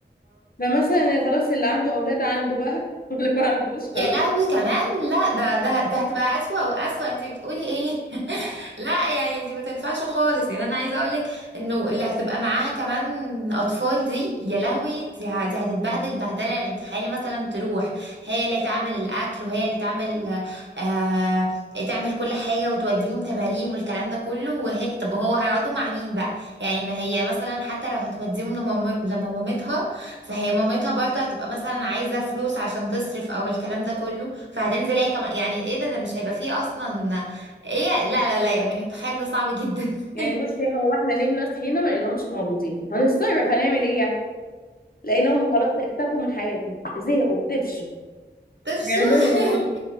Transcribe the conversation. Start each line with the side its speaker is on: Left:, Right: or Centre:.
Left: فمثلا خلاص اللي عنده اولاد عنده بقى <laughs> واللي ما عندوش خلاص
Right: يا لهوي كمان لا ده ده ده هتبقى أسوأ وأسوأ انت بتقولي ايه <laughs> لا يعني دي ما تنفعش خالص يعني انا عايزه اقولك انه اللي هتبقى معاها كمان اطفال دي يا لهوي دي, ه- دي هتتبهدل بهدله يعني تخيلي مثلا تروح هي اللي تعمل الاكل وهي اللي تعمل آه تعمل كل حاجه وتوديهم تمارين والكلام ده كله وهي طب هو هيقعدوا مع مين بقى يعني ما هي مثلا حتى لو هتوديهم لمام- لمامتها فهي مامتها برضه هتبقى مثلا عايزة فلوس عشان تصرف او الكلام ده كله فهتنزل هي كمان يعني ايه ده ده مش هيبقى فيه اصلا ايه لا لا لا يعني تخيل ده صعب جدا <laughs>
Left: يعني بصي هو احنا نمنا صحينا ما لقيناهمش موجودين هنستغرب هنعمل ايه يعني لقيناهم خلاص اختفوا من حياتنا زهقوا بتفشوا
Right: طب شو
Left: هنعملهم ايه
Right: <laughs>